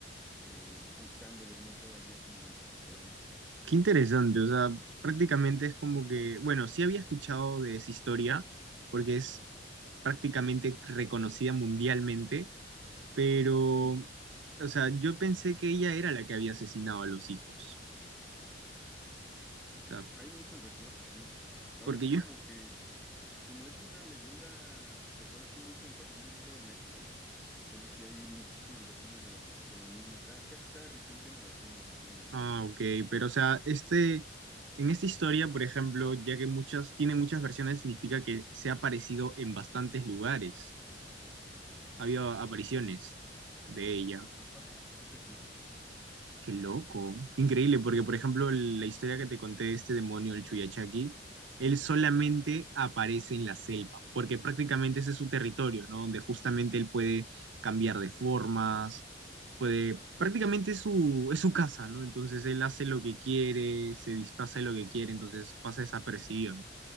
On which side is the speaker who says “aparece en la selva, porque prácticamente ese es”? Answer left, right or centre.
Right